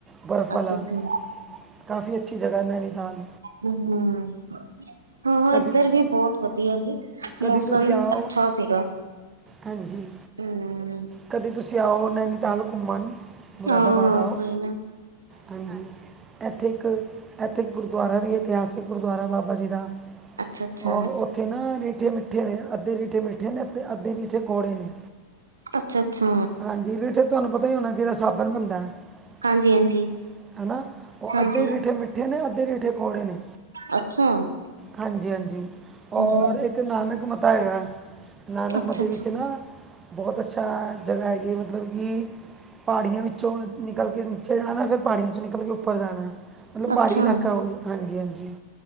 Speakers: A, on the right; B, on the right.
A: ਬਰਫ਼ ਵਾਲਾ।
B: ਅੱਛਾ ਅੱਛਾ
A: ਕਾਫੀ, ਅੱਛੀ ਜਗ੍ਹਾ, ਨੈਨੀਤਾਲ।
B: ਹਮ, ਹਾਂ
A: ਕਦੀ
B: ਇੱਧਰ ਵੀ ਬਹੁਤ ਵਧੀਆ ਸੀ।
A: ਕਦੀ
B: ਮੌਸਮ,
A: ਤੁਸੀਂ ਆਓ
B: ਅੱਛਾ ਸੀਗਾ।
A: ਹਾਂਜੀ,
B: ਹਮ
A: ਕਦੇ ਤੁਸੀਂ ਆਓ, ਨੈਨੀਤਾਲ ਘੁੰਮਣ। ਮੁਰਾਦਾਬਾਦ
B: ਹਾਂ ਹਾਂ
A: ਆਓ,
B: ਕੋਈ ਨਾ
A: ਹਾਂਜੀ, ਇੱਥੇ ਇੱਕ। ਇੱਥੇ ਇੱਕ ਗੁਰਦੁਆਰਾ ਵੀ ਇਤਿਹਾਸਿਕ ਗੁਰਦੁਆਰਾ ਬਾਬਾ ਜੀ ਦਾ,
B: ਅੱਛਾ ਅੱਛਾ
A: ਉੱਥੇ ਨਾ ਠੇ, ਮਿੱਠੇ ਨੇ ਅੱਧੇ ਰੀਠੇ ਮਿੱਠੇ ਨੇ। ਤੇ ਅੱਧੇ ਰੀਠੇ ਕੌੜੇ ਨੇ,
B: ਅੱਛਾ ਅੱਛਾ
A: ਹਾਂਜੀ, ਰੀਠੇ ਤੁਹਾਨੂੰ ਪਤਾ ਹੀ ਹੋਣਾ ਚਾਹੀਦਾ ਸਾਬ <unintelligible>
B: ਹਾਂਜੀ ਹਾਂਜੀ
A: ਉਹ
B: ਹਾਂਜੀ
A: ਅੱਧੇ, ਰੀਠੇ- ਮਿੱਠੇ ਠੇ ਨੇ, ਅੱਧੇ ਰੀਠੇ ਕੌੜੇ ਨੇ,
B: ਅੱਛਾ
A: ਹਾਂਜੀ -ਹਾਂਜੀ, ਔਰ
B: ਅੱਛਾ
A: ਇੱਕ। ਇੱਕ ਨਾਨਕ ਮਤਾ ਹੈਗਾ, ਨਾਨਕ
B: ਅੱਛਾ
A: ਮਤੇ ਵਿੱਚ ਨਾ। ਬਹੁਤ ਅੱਛਾ, ਜਗ੍ਹਾ ਹੈਗੀ ਮਤਲਬ ਕਿ ਪਹਾੜੀਆਂ ਵਿੱਚੋਂ ਨਿਕਲ ਕੇ ਨੀਚੇ ਜਾਣਾ, ਫਿਰ ਪਹਾੜੀਆਂ ਵਿੱਚੋਂ ਨਿਕਲ ਕੇ ਉੱਪਰ ਜਾਣਾ। ਮਤਲਬ, ਪਹਾੜੀ
B: ਅੱਛਾ
A: ਇਲਾਕਾ, ਉਹ ਵੀ, ਹਾਂਜੀ -ਹਾਂਜੀ।